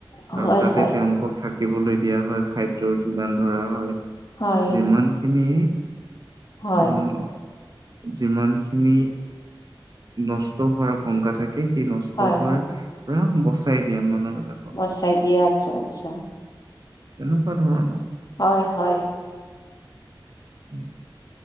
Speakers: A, on the left; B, on the right.
A: হয়
B: আৰু তাতে
A: হয়
B: তেওঁলোকক থাকিবলৈ দিয়া হয়, খাদ্যৰ যোগান ধৰা হয়।
A: হয়
B: যিমানখিনি
A: হয়
B: আহ, যিমানখিনি নষ্ট হোৱাৰ আশংকা থাকে, সেই নষ্ট
A: হয়
B: হোৱাৰ পৰা বচাই দিয়ে মানুহ বিলাকক
A: বছাই দিয়ে আচ্ছা আচ্ছা।
B: তেনেকুৱা ধৰণৰ
A: হয় হয়।
B: উম।